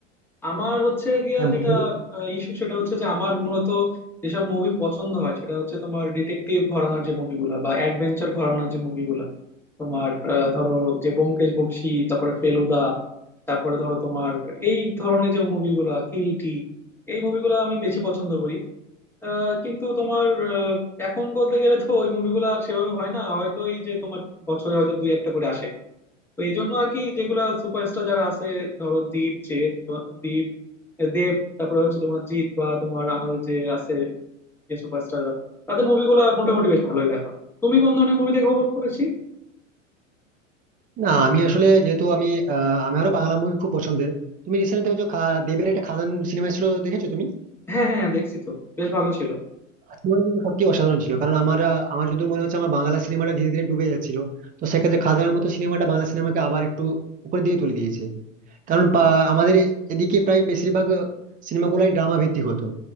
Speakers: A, in the centre; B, on the right (about 20°).
A: আমার হচ্ছে গিয়া
B: হ্যাঁ,
A: যেটা
B: বল।
A: ইস্যু সেটা হচ্ছে যে আমার মূলত যেসব মুভি পছন্দ হয় সেটা হচ্ছে তোমার ডিটেকটিভ ঘরানার যে মুভিগুলা বা অ্যাডভেঞ্চার ঘরানার যে মুভিগুলা তোমার আহ, ধরো যে ব্যোমকেশ বক্সী তারপরে ফেলুদা তারপরে ধরো তোমার এই ধরনের যে মুভিগুলা কিরিটি এই মুভিগুলো আমি বেশি পছন্দ করি আহ, কিন্তু তোমার আহ, এখন বলতে গেলে তো ওই মুভিগুলো আর সেভাবে হয় না হয়তো এই যে তোমার বছরে হয়তো দুই একটা করে আসে তো এই জন্য আর কি যেগুলা সুপারস্টার যারা আছে ধরো দীপ যে দীপ দেব তারপরে হচ্ছে তোমার জিৎ বা তোমার আমাদের যে আছে যে সুপারস্টাররা তাদের মুভিগুলো মোটামুটি বেশ ভালোই দেখা হয় তুমি কোন ধরনের মুভি দেখো বলতে বেশি
B: না আমি আসলে যেহেতু আমি আহ, আমারও বাংলা মুভি খুব পছন্দের তুমি রিসেন্ট দেখেছো খা- দেবের একটা খাদান সিনেমা ছিল দেখেছো তুমি
A: হ্যাঁ হ্যাঁ হ্যাঁ দেখছি তো বেশ ভালো ছিল
B: তোমার কিন্তু সত্যি অসাধারণ ছিল কারণ আমরা আমার যদি মনে হচ্ছে আমার বাংলা সিনেমাটা ধীরে ধীরে ডুবে যাচ্ছিল তো সেক্ষেত্রে খাদানের মতো সিনেমাটা বাংলা সিনেমাকে আবার একটু উপরের দিকে তুলে দিয়েছে কারণ পা- আমাদের এদিকে প্রায় বেশিরভাগ সিনেমাগুলাই ড্রামা ভিত্তিক হতো